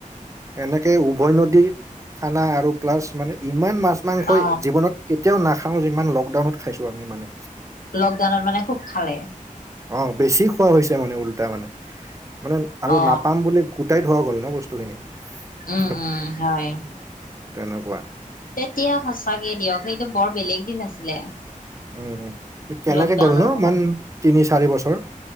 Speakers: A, on the right; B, on the left.
A: এনেকে, উভয় নদীৰ খানা আৰু প্লাছ মানে, ইমান মাছ-মাংসই
B: অ
A: জীৱনত কেতিয়াও নাখাওঁ। যিমান লকডাউনত খাইছোঁ, আমি মানে।
B: লকডাউনত মানে, খুউব খালে?
A: অ'! বেছি খোৱা হৈছে মানে, উল্টা মানে। মানে, আৰু
B: অ
A: নাপাম বুলি, কুটাই থোৱা গ'ল ন' বস্তু খিনি।
B: উম
A: <unintelligible>
B: উম হয়
A: তেনেকুৱা?
B: তেতিয়া, সঁচাকে দিয়ক, সেইটো বৰ বেলেগ দিন আছিলে।
A: উম, উম, কেনেকে
B: লকডাউনৰ
A: গ'লনো,
B: সময়
A: ইমান তিনি-চাৰি বছৰ?